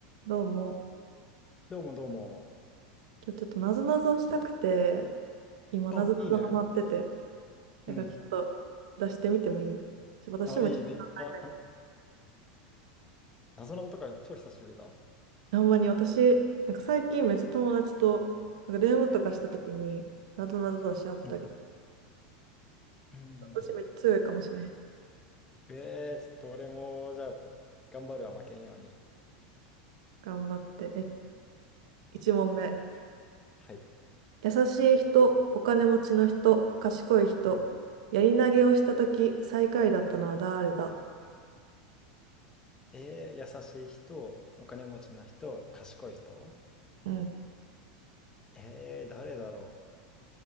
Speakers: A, on the right; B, on the left.
A: どうも。
B: どうもどうも。
A: 今日ちょっとなぞなぞしたくて、今なぞなぞハマってて、
B: あ、いいね。
A: なんかちょっと出してみてもいいちょ、
B: うん。
A: 私も一緒に考えたい。
B: あ、いい。めっちゃた、謎謎とか超久しぶりだ。
A: ほんまに私、なんか最近めっちゃ友達と、なんか電話とかした時に、なぞなぞ出しあったり、
B: うん。うん。
A: 私めっちゃ強いかもしれん。
B: えー、ちょっと俺も、じゃあ、頑張るは負けんように。
A: 頑張って。え、1問目。
B: はい。
A: 優しい人、お金持ちの人、賢い人、やり投げをした時、最下位だったのは誰だ
B: えー、優しい人、お金持ちな人、賢い人。
A: うん。
B: えー、誰だろ